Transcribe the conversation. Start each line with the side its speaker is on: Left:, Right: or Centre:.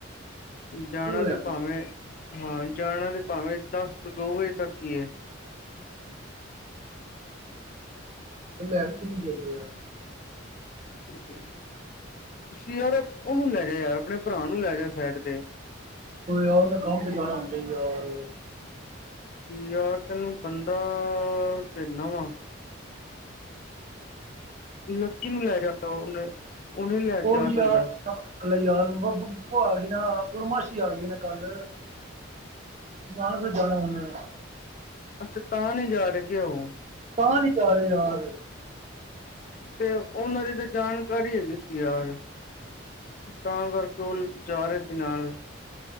Left: ਜਾਣਾ
Right: ਲੈ
Left: ਤੇ ਭਾਵੇਂ ਹਾਂ ਜਾਣਾ ਤੇ ਭਾਵੇਂ ਦਸ ਤੋਂ ਦੋ ਵਜੇ ਤੱਕ ਈ ਐ।
Right: ਲੈ ਕਿਨੂੰ <unintelligible>
Left: ਪਿਛਲੀ ਵਾਰ ਉਹਨੂੰ ਲੈ ਗਿਆ ਯਾਰ ਆਪਣੇ ਭਰਾ ਨੂੰ ਲੈ ਗਿਆ ਸਾਈਡ ਤੇ।
Right: ਓ ਯਾਰ ਮੈਂ ਕੰਮ ਤੇ ਜਾਣਾ ਹੁੰਦਾ ਯਾਰ।
Left: ਯਾਰ ਤੈਨੂੰ ਬੰਦਾ ਦੇਨਾ ਵਾਂ। ਲੱਕੀ ਨੂੰ ਲੈ ਜਾ ਉਹਨੇ ਉਹਨੇ ਲੈ
Right: ਉਹ
Left: ਜਾ
Right: ਵੀ ਯਾਰ
Left: ਸਕਦਾ
Right: ਇਕ ਯਾਰ ਆ ਗਈ ਨਾ ਪੂਰਨਮਾਸ਼ੀ ਆ ਗਈ ਨਾ ਕੱਲ। ਨਾਨਕਸਰ ਜਾਣਾ ਓਨੇ।
Left: ਅੱਛਾ ਤਾਂ ਨੀ ਜਾ ਰਹੇ ਕੀ ਓ।
Right: ਤਾਂ ਨੀ ਜਾ ਰਹੇ ਯਾਰ।
Left: ਤੇ ਉਹਨਾਂ ਦੀ ਤਾਂ ਜਾਣਕਾਰੀ ਹੈਗੀ ਸੀ ਯਾਰ। ਤਾਂ ਕਰਕੇ ਓ ਜਾ ਰਹੇ ਸੀ ਨਾਲ।